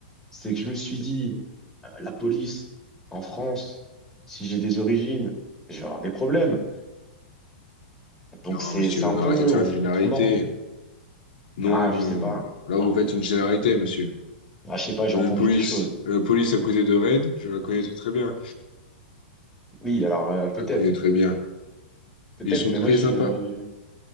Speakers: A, in the centre; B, on the left (about 55°).
A: C'est que je me suis dit, euh, la police en France, si j'ai des origines, je vais avoir des problèmes. Donc
B: Non,
A: c'est,
B: monsieur,
A: c'est un peu,
B: arrêtez de
A: on,
B: faire une généralité.
A: on tourne en rond.
B: Non,
A: Ah, je
B: non,
A: sais
B: non,
A: pas.
B: non. Là, vous faites une généralité, monsieur.
A: Ah, je sais pas, j'ai
B: La
A: entendu
B: police,
A: des choses.
B: la police à côté de Raid, je la connais très bien.
A: Oui, alors euh,
B: Je
A: peut-être,
B: la connais très bien.
A: peut-être,
B: Ils sont
A: mais
B: très
A: moi je,
B: sympas.